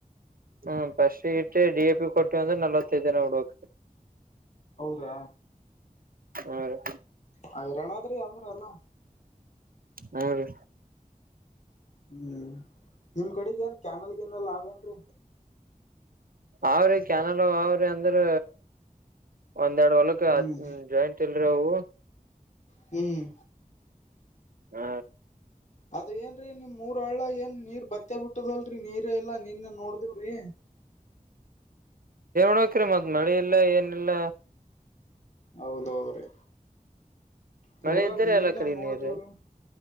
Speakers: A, on the right; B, on the left.
A: ಹ್ಮ್ ಪಸ್ ಡಿ ಎಪಿ ಕೊಟ್ಟಿಂದು ನಲ್ವತ್ತೈಐದು ದಿನ ಉಡಕ್
B: ಹೌದ್ರಾ
A: ಹ್ಮ ರೀ <inaudible>
B: ಹೈರಾಣದ್ರಿ ಅಂದ್ರ ಎಲ್ಲಾ
A: ಹ್ಮೀ
B: ಹ್ಮ್ ನಿಮ್ ಕಡೆಗ ಏನ್ ಕ್ಯಾನಲ್ಗನಲ್ಲ ಅನ್ರಿ
A: ಅವ್ರಿ ಕಾನಡ ಅವ್ರಿ ಅಂದ್ರ ಒಂದ್ರಡು ವಳಕ್
B: ಹ್ಮ್
A: ಜಾಾಯಿಂಟ್ಲ್ರವು
B: ಹ್ಮ್
A: ಹ್ಮ
B: ಅದ ಏನ್ರರಿ ನಿಮ್ ಮೂರ ಹಳ್ಳ ಏನ್ ನೀರ್ ಬತ್ತ ಬಿಟ್ಟದಲ್ರಿ ನೀರ್ ಎಲ್ಲಾ ನೀರ್ನ ನೋಡ್ದೇವ್ರಿ
A: ನೋಡ್ಬೇಕ್ರಿ ಮತ್ ಮಳೆ ಇಲ್ಲ ಏನ ಇಲ್ಲ
B: ಹೌದೌದ್ರಿ ಪೂರಾ
A: ಮಳೆ ಇದ್ದ್ರ
B: ನಿನ್ನ
A: ಎಲ್ಲ ಕಡೆ
B: ನೋಡ್ದವ್ರಿ
A: ನೀರ್